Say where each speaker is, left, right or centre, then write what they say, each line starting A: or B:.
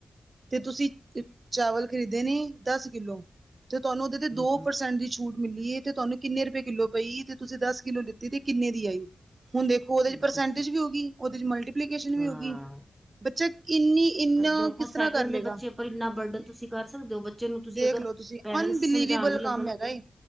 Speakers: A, on the right; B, on the right.
A: ਤੇ ਤੁਸੀਂ ਅ ਚਾਵਲ ਖਰੀਦੇ ਨੇ ਦਸ ਕਿਲੋ। ਤੇ ਤੁਹਾਨੂੰ ਓਹਦੇ
B: ਹੂੰ-ਹੂੰ-ਹੂੰ
A: ਤੇ ਦੋ ਪਰਸੈਂਟ ਦੀ ਛੂਟ ਮਿਲੀ ਏ ਤੇ ਤੁਹਾਨੂੰ ਕਿੰਨੇ ਰੁਪੇ ਕਿੱਲੋ ਪਈ ਤੇ ਤੁਸੀਂ ਦਸ ਕਿੱਲੋ ਲਿੱਤੀ ਤੇ ਕਿੰਨੇ ਦੀ ਆਈ? ਹੁਨ ਦੇਖੋ ਓਹਦੇ ਚ ਪਰਸੈਂਟੇਜ
B: ਦੱਸੋ
A: ਵੀ ਹੋਗੀ। ਓਹਦੇ ਚ ਮਲਟੀਪਲੀਕੇਸ਼ਨ ਵੀ
B: ਹਾਂ
A: ਹੋਗੀ। ਬੱਚਾ ਇੰਨੀ ਇੰਨਾ
B: ਤੇ ਦੋਖੋ
A: ਕਿਸ ਤਰ੍ਹਾਂ
B: ਸੈਕਿੰਡ
A: ਕਰ ਲਏਗਾ
B: ਦੇ ਬੱਚੇ ਉੱਪਰ ਇੰਨਾ ਬਰਡਨ ਤੁਸੀਂ ਕਰ ਸਕਦੇ ਔ। ਬੱ ਬੱਚੇ ਨੂੰ ਤੁਸੀਂ
A: ਦੇਖ
B: ਅਗਰ
A: ਲੋ ਤੁਸੀਂ
B: ਪੈਰੈਂਟਸ
A: ਅਨਬਿਲੀਵੇਬਲ
B: ਸਮਜਾਣ ਵੀ ਲੱਗਣ
A: ਕੰਮ ਹੈਗਾ ਏ।